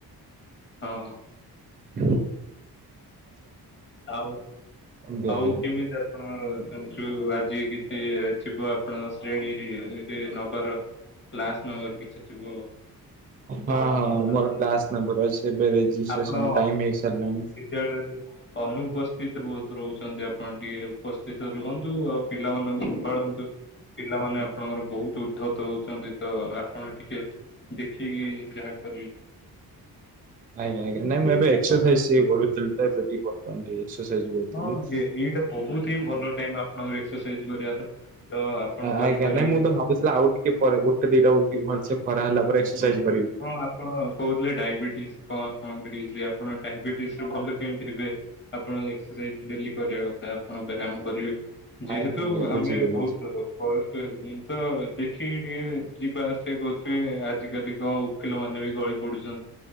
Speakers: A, on the left; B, on the right.
A: ହଁ।
B: ହ
A: ଆଉ
B: ଏମିତି
A: ଆଉ
B: କଥା।
A: କେମିତି ଆପଣ ଯୋଉ ଆଜି କିଛି ଏ ଥିବ ଆପଣ ଶ୍ରେଣୀରେ ନବାର କ୍ଲାସ ନବର କିଛି ଥିବ।
B: ହଁ ହଁ ମୋର
A: ଆପଣ
B: କ୍ଲାସ ନବର ଅଛି। ଏବେ ରେଜିଷ୍ଟ୍ରେସନ
A: ଆପଣ
B: ଟାଇମ ହେଇସାରିଲାଣି।
A: ବିଦ୍ୟାଳୟରେ ଅନୁପସ୍ଥିତ ବହୁତ ରହୁଛନ୍ତି ଆପଣ ଟିକେ ଉପସ୍ଥିତ ରୁହନ୍ତୁ। ଆଉ ପିଲାମାନଙ୍କୁ ସମ୍ଭାଳନ୍ତୁ, ପିଲାମାନେ
B: ଆଜ୍ଞା
A: ଆପଣଙ୍କର ବହୁତ ଉଦ୍ଧତ ହଉଛନ୍ତି। ତ ଆପଣ ଟିକେ ଦେଖିକି ଯାହା କରିବେ।
B: ଆଜ୍ଞା ଆଜ୍ଞା ନାଇଁ ମୁଁ ଏବେ ଟିକେ ଏକ୍ସରସାଇଜ କରୁଥିଲି ତ ଏକ୍ସରସାଇଜ କରୁଥିଲି।
A: ହଁ ଏଇଟା ବହୁତ ହିଁ ଭଲ ଟାଇମ ଆପଣଙ୍କ ଏକ୍ସରସାଇଜ କରିବାର ତ ଆପଣ
B: ଆଜ୍ଞା
A: କରିପାରିବେ
B: ନାଇଁ ମୁଁ ତ ଭାବୁଥିଲି ଆଉ ଟିକେ ପରେ ଗୋଟେ ଦିଟା ବେଳକୁ ଭଲସେ ଖରା ହେଲା ପରେ ଏକ୍ସରସାଇଜ କରିବି।
A: ହଁ ଆପଣ କହୁଥିଲେ ଡାଇବେଟିସ୍ କଣ ଆପଣଙ୍କର ହେଇଛି ଆପଣ ଡାଇବେଟିସ ଭଲ କେମିତି ହେବେ ଆପଣ ଏକ୍ସରସାଇଜ ଡେଲି କରିବା କଥା। ଆପଣ ବୟାମ କରିବେ, ଯେହେତୁ
B: ଆଜ୍ଞା ଆଜ୍ଞା ବୁଝିଲି
A: ଆମେ
B: ବୁଝିଲି
A: ବହୁତ ବୟସ୍ ହେଲେ ତ ଏ ଯିବା ଆସିବା କରୁଥିବେ, ଆଜିକାଲି କଣ ଓକିଲ ମାନେ ବି ଗଳି ପଡୁଛନ୍ତି।